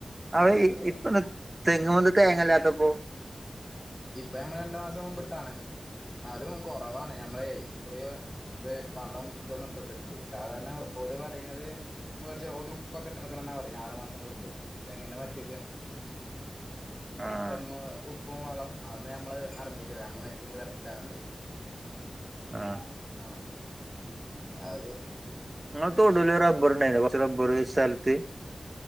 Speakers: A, on the right (about 35°); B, on the left (about 20°).
A: അതേ
B: അങ്ങനെ കൊടുത്തു
A: ഇപ്പന്താ തെങ്ങുമെന്താ തേങ്ങല്ലാത്തപ്പോ
B: പ്പ ഞമ്മള് രണ്ടു മാസം മുമ്പിട്ടതാണ് ന്നാലും കൊറവാണ് ഞമ്മളെ ഇക്കുറി ദ് വളം തൊന്നും ഇട്ടൊടുത്തിട്ടില്ലേ സാധാരണ ഓല് പറയനത് വേടിച്ച ഓല് ഉപ്പൊക്കെ ഇട്ടൊടുക്കണന്നാ പറയണേ ആറു മാസം കൂടുമ്പേ തെങ്ങിന്റെ മറ്റക്ക്
A: ആഹ്
B: തെങ്ങ് ഉപ്പും വളവും അതൊന്നും ഞമ്മള് നടത്തിട്ടില്ല നമ്മള് <unintelligible>
A: ആഹ്
B: ആഹ് പിന്നാത്
A: ങ്ങടെ തൊടുല് റബറണ്ടായിന്നില്ലേ കൊർച്ച് റബർ ഓര് സ്ഥൽത്ത്